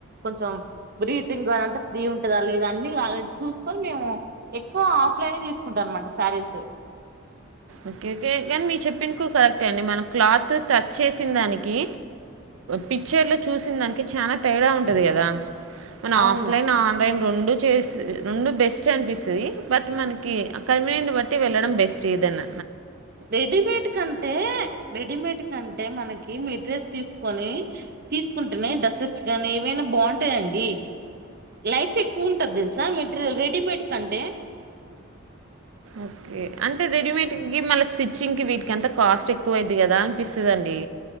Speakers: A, on the right; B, on the right.
A: కొంచం బ్రీతింగ్ కా ఫ్రీ ఉంటుందా లేదా అన్ని చూసుకొని మేము ఎక్కువ ఆఫ్లైన్ తీసుకుంటామనమాట శారీస్
B: ఓకే ఓకే కానీ మీ చెప్పిన కూడా కరెక్ట్ అండి మనం క్లాత్ టచ్ చేసిన దానికి పిక్చర్ లో చూసిన దానికి చాలా తేడా ఉంటది కదా మన
A: అవును
B: ఆఫ్లైన్ ఆన్లైన్ రెండు చే రెండు బెస్ట్ అనిపిస్తుంది బట్ మనకి ఆ కన్వినెంట్ బట్టి వెళ్ళడం బెస్ట్ ఏదన్న
A: రెడిమేడ్ కంతే రెడిమేడ్ కంటే మనకి మెట్రియల్స్ తీసుకొని తీసుకుంటేనే డ్రస్సెస్ గానీ ఏవైనా బావుంటాంయండి లైఫ్ ఎక్కువ ఉంటది తెలుసా మెట్రియల్ రెడీమేడ్ కంటే
B: ఓకే అంటే రెడీమేడ్ కి మళ్ళ స్టిచ్చింగ్ కి వీటికి అంతా కాస్ట్ ఎక్కువైద్ది కదా అనిపిస్తదండి